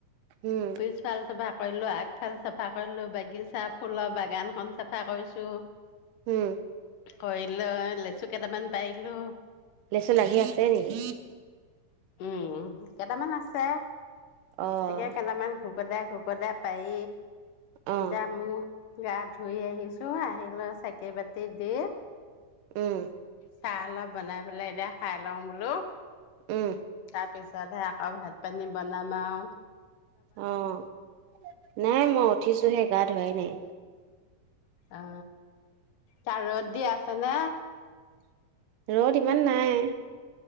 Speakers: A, on the right; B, on the left.
A: উম,
B: পিছফাল চাফা কৰিলো আগফাল চাফা কৰিলো, বাগিছা, ফুলৰ বাগানখন চাফা কৰিছো।
A: উম।
B: কয়ি লৈ লেছুক কেটামান পাইলো।
A: লেচু লাগি আছে নেকি?
B: উম কেটামান আছে।
A: অ'
B: তাকে কেটামান ভুগ কদাই ঘুকদাই পাই
A: অ'
B: দামু গা ধুই আহিছো, আহিলৈ চাকি বাতি দি
A: উম।
B: চাহ অলপ বনাই পেলাই এতিয়া খাই লওঁ বোলো।
A: উম।
B: তাৰ পিছতহে আকৌ ভাত পানী বনাম আও।
A: অ', নাই মই উঠিছোহে গাত ধুৱাই নাই।
B: অ। তা ৰ'দ দি আছে নে?
A: ৰত ইমান নাই।